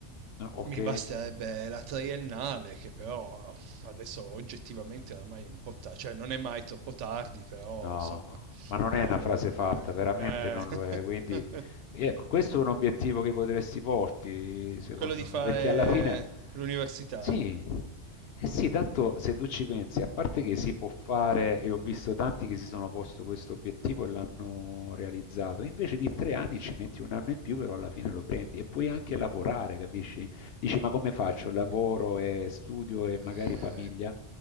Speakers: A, on the left; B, on the right.
A: No, Ok.
B: Mi basterebbe la triennale, che però adesso oggettivamente oramai è un po' tardi, cioè non è mai troppo tardi, però
A: No,
B: insomma
A: ma non
B: eh,
A: è una
B: non...
A: frase fatta, veramente
B: eh.
A: non lo è. Quindi,
B: <laughs>
A: ecco, questo è un obiettivo che potresti porti, secondo
B: Quello di fare
A: me, perché alla fine,
B: l'università?
A: sì, eh sì, tanto se tu ci pensi, a parte che si può fare, e ho visto tanti che si sono posto questo obiettivo e l'hanno realizzato, invece di tre anni ci metti un anno in più, però alla fine lo prendi e puoi anche lavorare, capisci? Dici, ma come faccio? Lavoro e studio e magari
B: Eh,
A: famiglia?